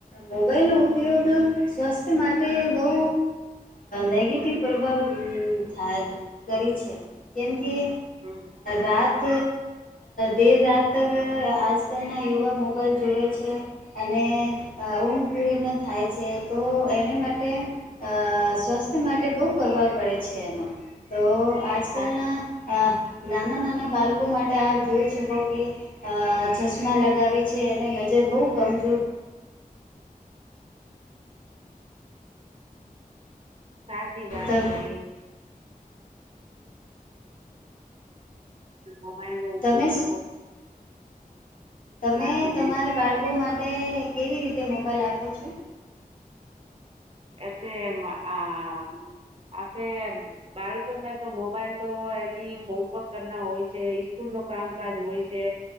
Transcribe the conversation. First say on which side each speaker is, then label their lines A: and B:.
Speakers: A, on the left; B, on the right.
A: મોબાઈલનો ઉપયોગ સ્વાસ્થ્ય માટે બહુ નેગેટિવ પ્રભાવ થાય કરી છે કેમકે
B: હમ
A: રાત દેર રાત તક આજ કલના યુવા મોબાઈલ જો સૂવે છે, અને ઊન પૂરી ન થાય છે તો એને માટે અ સ્વાસ્થ્ય માટે બહુ ફવા પડે છે એનો, તો તો આજ
B: સા-
A: કલના નાના નાના બાળકો માટે આપ જોઈ શકો કે, ચશ્મા લગાવે છે. અને નજર બહુ કમજોર
B: સાચી વાત
A: ત
B: કઈ મોબાઈલ નો ઉપયોગ
A: તમે
B: કરવો
A: તમે
B: આથી
A: તમારે બાળકો માટે તે કેવી રીતે મોબાઈલ આપો છો
B: એ તે આ આપે બાળકો મે તો મોબાઈલ તો એની હોમવર્ક કરના હોય છે કૂલ ન કામકાજ હોય છે